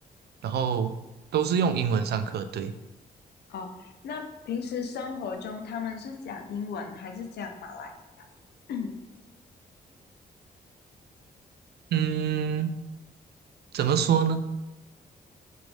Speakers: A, on the right (about 70°); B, on the left (about 75°).
A: 然后都是用英文上课，对，
B: 哦，那平时生活中他们是讲英文还是讲马来语啊？<clears throat>
A: 嗯，怎么说呢？